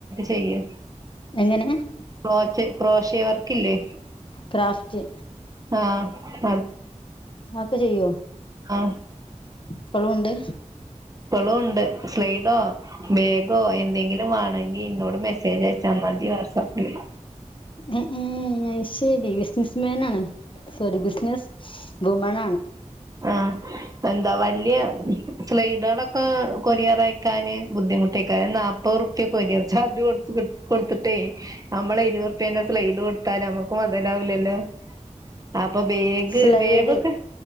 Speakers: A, on the right; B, on the left.
A: ചെയ്യ
B: എങ്ങനെ
A: ക്രോചെ ക്രോശെവർക്കില്ലേ
B: ക്രാഫ്റ്റ്
A: ആഹ
B: അക്കെ ചെയ്യോ
A: ആ
B: ഇപ്പളും ഉണ്ട്
A: ഇപ്പളും ഉണ്ട് സ്ലൈഡോ ബേഗോ എന്തെങ്കിലും വേണെങ്കി ന്നോട് മെസ്സേജ് അയച്ചാ മതി വാട്സപ്പില്
B: ഉം ഉം അയ് ശരി ബിസിനസ്മാൻ ആണ് സോറി ബിസിനസ് വുമണ
A: ആഹഎന്താ വല്യ സ്ലൈഡുകളൊക്കെ കൊറിയർ അയക്കാന് ബുദ്ധിമുട്ടെക്കാ അത് നാപ്പത്റുപ്യക്ക കൊരിയർ ചാർജ് കൊട് കൊടുത്തിട്ടേ നമ്മള് ഇരുപ റുപ്യേന്റെ സ്ലൈഡ് കൊടുത്താല് നമ്മക്ക് മൊതലാവൂലല്ലോ അപ്പൊ ബേഗ്
B: സ്ലൈഡ്
A: വേഗൊക്കെ